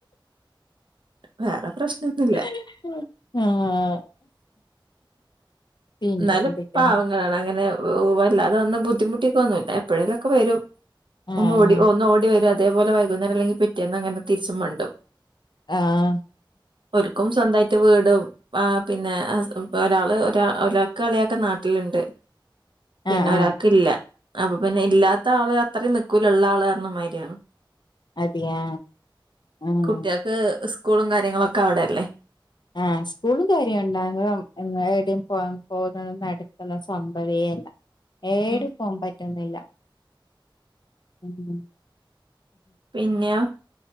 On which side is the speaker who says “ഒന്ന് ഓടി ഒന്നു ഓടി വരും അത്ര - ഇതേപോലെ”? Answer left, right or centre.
Right